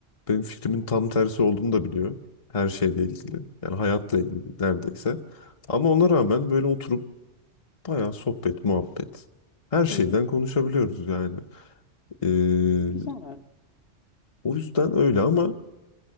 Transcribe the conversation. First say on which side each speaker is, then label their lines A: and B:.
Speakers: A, on the left (about 35°); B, on the left (about 55°).
A: Benim fikrimin tam tersi olduğunu da biliyor. Her şeyle ilgili.
B: Hı hı.
A: Yani hayatla ilgili neredeyse. Ama ona
B: Hı hı.
A: rağmen böyle oturup bayağı sohbet, muhabbet. Her şeyden
B: Hı hı.
A: konuşabiliyoruz yani. Ee,
B: Güzel.
A: o yüzden öyle ama